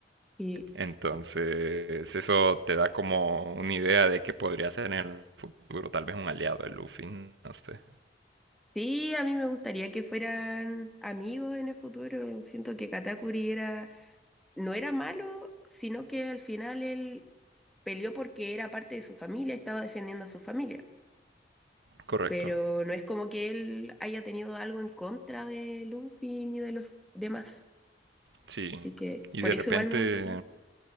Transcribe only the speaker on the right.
Entonces, eso te da como una idea de que podría ser en el futuro tal vez un aliado de Luffy, no sé.
Correcto,
sí.
Y
de
repente,